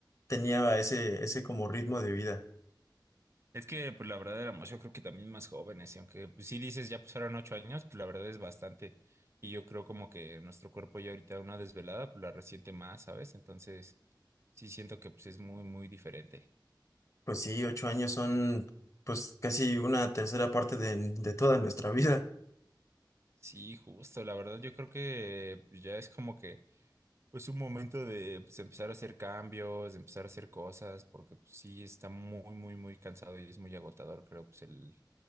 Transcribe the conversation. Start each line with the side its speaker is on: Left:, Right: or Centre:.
Left: tenía ese, ese como ritmo de vida.
Right: Es que, pues la verdad éramos, yo creo que también más jóvenes, y aunque pues sí dices, ya pasaron ocho años, pues la verdad es bastante. Y yo creo como que nuestro cuerpo ya ahorita una desvelada, pues la resiente más, ¿sabes? Entonces, sí siento que pues es muy, muy diferente.
Left: Pues sí, ocho años son pues casi una tercera parte de, de toda nuestra vida.
Right: Sí, justo, la verdad yo creo que pues, ya es como que pues un momento de pues empezar a hacer cambios, de empezar a hacer cosas, porque pues, sí está muy, muy, muy cansado y es muy agotador, creo, pues el,